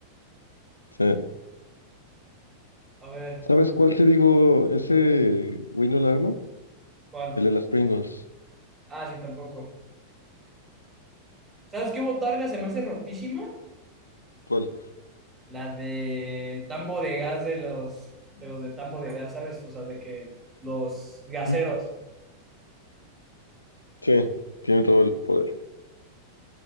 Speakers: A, on the left (about 80°); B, on the right (about 20°).
A: sí
B: a ver,
A: ¿sabes cuál te digo? Ese güey no la arma.
B: ¿cuál?
A: El de las Pringles.
B: Ah, sí, tampoco. ¿Sabes qué botarga se me hace rotísima?
A: ¿Cuál?
B: La del tambo de gas de los, de los de tambo de gas, ¿sabes? O sea, de que los gaseros.
A: ¿Mm? Sí, tiene todo el poder.